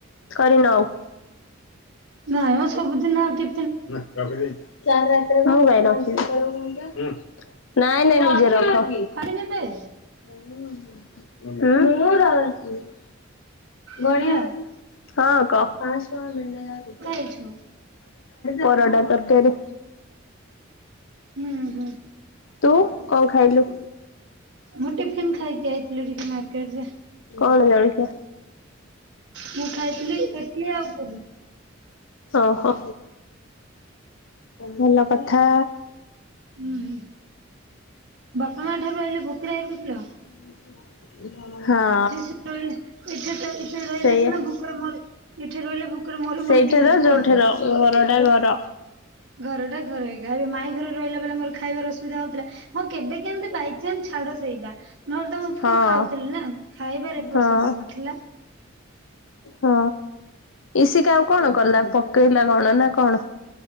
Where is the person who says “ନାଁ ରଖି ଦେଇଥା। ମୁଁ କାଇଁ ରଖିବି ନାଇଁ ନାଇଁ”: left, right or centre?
Left